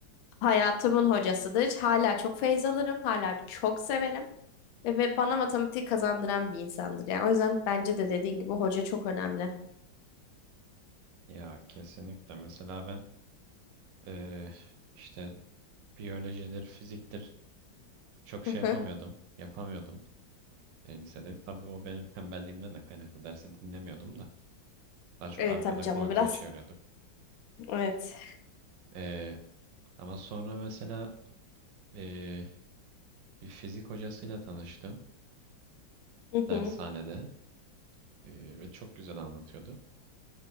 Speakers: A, on the left (about 85°); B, on the right (about 75°).
A: Hayatımın hocasıdır. Hala çok feyz alırım. Hala çok severim. Ve, ve bana matematik kazandıran bir insandır. Yani o yüzden bence de dediğin gibi hoca çok önemli.
B: Ya kesinlikle. Mesela ben e, işte biyolojidir, fiziktir çok şey
A: Hı
B: yapamıyordum.
A: hı.
B: Yapamıyordum. e, lisede. Tabii o benim tembelliğimden de kaynaklı. Dersi dinlemiyordum da. Daha çok
A: Evet
B: arkada
A: tabii canım
B: goy
A: biraz.
B: goy çeviriyorduk.
A: Evet.
B: E, ama sonra mesela e, bir fizik hocasıyla tanıştım
A: Hı
B: dershanede
A: hı.
B: E, ve çok güzel anlatıyordu.